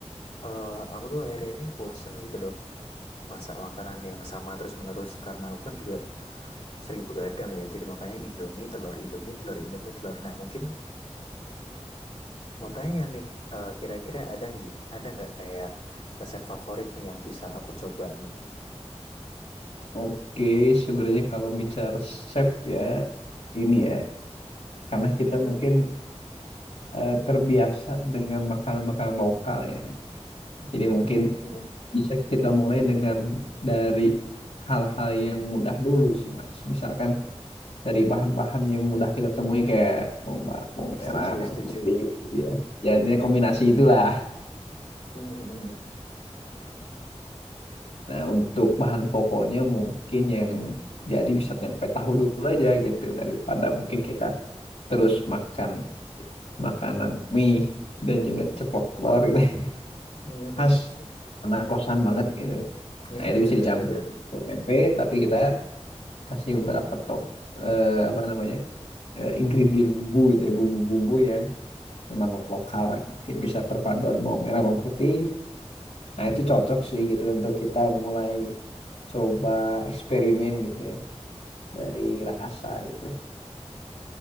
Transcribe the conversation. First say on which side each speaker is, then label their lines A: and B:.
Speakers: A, on the left; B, on the left.
A: eh aku tuh akhir-akhir ini bosen gitu loh masak makanan yang sama terus-menerus karena aku kan juga sering begadang ya jadi makanya Indomie telur Indomie telur Indomie telur nah mungkin Mau tanya nih, eh, kira-kira ada nggak ada nggak kayak resep favorit nih yang bisa aku coba nih?
B: Oke, sebenarnya kalau bicara resep ya, ini ya, karena kita mungkin eh, terbiasa dengan makanan-makanan lokal ya. Jadi mungkin
A: Hmm, hmm, hmm.
B: bisa kita mulai dengan dari hal-hal yang mudah dulu sih, Mas. Misalkan dari bahan-bahan yang mudah kita temui kayak bawang, ba- bawang merah,
A: setuju,
B: bawang
A: setuju.
B: putih, gitu ya. Ya, ini kombinasi itulah.
A: Hmm, hmm,
B: Nah, untuk bahan pokoknya mungkin yang jadi bisa tempe tahu dulu aja gitu daripada mungkin kita terus makan makanan mie dan juga ceplok telur gitu. <laughs>
A: hmm, <laughs>
B: Khas
A: hmm.
B: anak kosan banget gitu. Nah,
A: Iya,
B: itu bisa
A: bener-bener.
B: dicampur ke tempe tapi kita kasih beberapa top eh, apa namanya? eh, ingredient bumbu gitu ya, bumbu-bumbu yang memang lokal. lah. Mungkin bisa perpaduan bawang merah, bawang putih. Nah, itu cocok sih gitu untuk kita mulai coba eksperimen gitu ya. dari rasa itu.